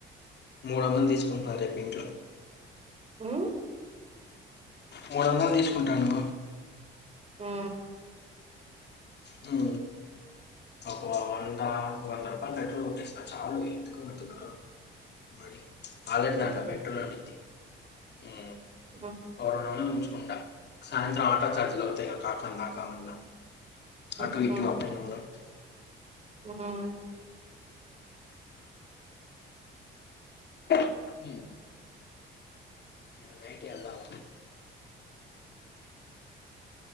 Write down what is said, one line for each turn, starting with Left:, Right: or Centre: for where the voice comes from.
Left: మూడు వందలు తీసుకుంటున్నారు. రేపు ఇంట్లో
Right: హు
Left: మూడోందలు తీసుకుంటాను.
Right: ఆ
Left: హు పప్ప వవుందా వంద రూపాయ పెట్రోల్ కొట్టేస్తా చాలు ఎందుకు అంతున్నారు. మళ్ళి అల్రడీ
Right: అంతే
Left: దాంట్లో పెట్రోలు ఉండింది. హు
Right: ఉమ్
Left: ఓరోనునానుచ్ ఉంటా సాయంత్రం ఆటో చార్జీలు అవుతాయి. నాకాకాందా కామన్నా
Right: ఉహు
Left: అటు ఇటు ట్
Right: ఉమ్
Left: నై ఇయాల నైట్ కలవాల